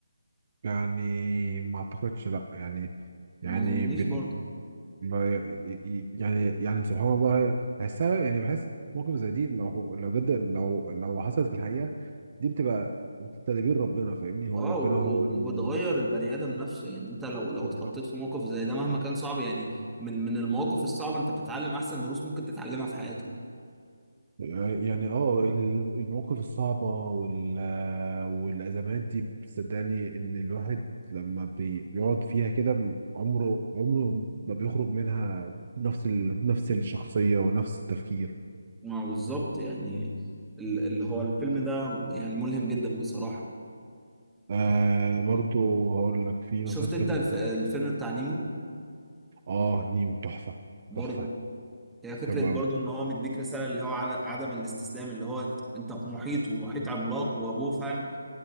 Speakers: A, on the right; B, in the centre.
A: يعني ما اعتقدش لا يعني يعني
B: ما اظنيش
A: بال
B: برضه
A: ما ي- يعني يعني سبحان الله هي- بحسها يعني بحس موقف زي دي لو هو- لو جد لو لو حصلت في الحقيقة دي بتبقى تدبير ربنا فاهمني هو
B: اه
A: ربنا
B: و-
A: هو
B: و-
A: ال-
B: وبتغير البني ادم نفسه يعني انت لو لو
A: بالظبط.
B: اتحطيت في موقف زي ده مهما كان صعب يعني من من المواقف الصعبه انت بتتعلم احسن دروس ممكن تتعلمها في حياتك
A: يعني اه ال- المواقف الصعبة وال والأزمات دي بتصدقني إن الواحد لما بي- بيقعد فيها كده م- عمره عمره ما بيخرج منها نفس ال... نفس الشخصية ونفس التفكير
B: ما بالظبط يعني ال- اللي هو الفيلم ده يعني ملهم جدا بصراحه
A: آه برضو هقول لك في
B: شفت
A: مثلا فيلم
B: انت الف- الفيلم بتاع نيمو
A: اه نيم تحفه
B: برضه
A: تحفه
B: هي فكرة
A: حلوه
B: برضو
A: قوي
B: ان هو مديك رسالة اللي هو على عدم الاستسلام اللي هو انت في محيط ومحيط عملاق وابوه فاهم